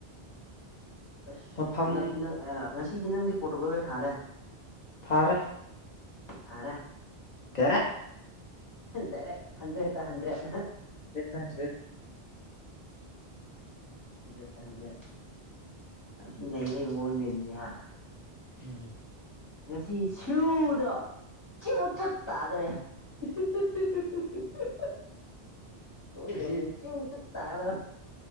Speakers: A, on the left (about 25°); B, on the left (about 50°).
A: ꯑꯁ
B: ꯃꯐꯝ
A: ꯍꯟꯗꯛꯇꯤ ꯅꯪ ꯑꯥ ꯉꯁꯤꯗꯤ ꯅꯪꯗꯤ ꯄꯣꯔꯇꯨꯒꯥꯜꯗ ꯊꯥꯔꯦ
B: ꯊꯔꯦ
A: ꯊꯥꯔꯦ
B: ꯒꯥꯔꯦ
A: ꯗꯥꯏꯔꯦꯛ ꯍꯟꯗ꯭ꯔꯦꯠꯇ ꯍꯟꯗ꯭ꯔꯦꯠ
B: ꯍꯟꯗ꯭ꯔꯦꯠ
A: ꯍꯟꯗ꯭ꯔꯦꯠꯇ ꯍꯟꯗ꯭ꯔꯦꯠ ꯌꯥꯝꯊꯤ ꯂꯩꯅꯩꯕꯩ ꯃꯋꯣꯡꯅꯦ ꯂꯩꯔꯝꯅꯤꯍꯥ
B: ꯎꯝ
A: ꯉꯁꯤ ꯁꯤꯌꯨꯗꯣ ꯆꯤꯎ ꯆꯨꯠ ꯇꯥꯗꯣꯔꯦ <unintelligible> ꯁꯣꯏꯗ꯭ꯔꯕꯅꯤ
B: ꯉꯁꯤ
A: ꯆꯤꯎ ꯆꯨꯠ ꯇꯥꯗ